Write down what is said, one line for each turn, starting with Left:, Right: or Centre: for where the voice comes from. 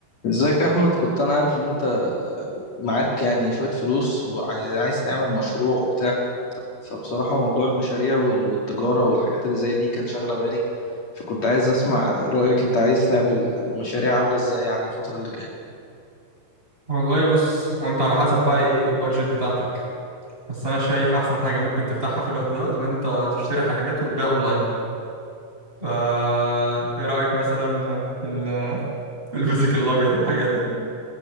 Left: ازيك يا احمد كنت انا عارف ان انت معاك يعني شوية فلوس وعايز عايز تعمل مشروع وبتاع فبصراحة موضوع المشاريع وال- والتجارة والحاجات اللي زي دي كانت شاغلة بالي فكنت عايز اسمع رأيك انت عايز تعمل مشاريع عاملة ازاي يعني الفترة اللي جاية
Right: والله بص هو انت على حسب بقى ايه البادجت بتاعتك بس انا شايف احسن حاجه ممكن تفتحها في الوقت ده اللي انت تشتري حاجات وتبيع اونلاين فا ايه رايك مثلا في ال <laughs> في الفيزيكال الابيض الحاجات دي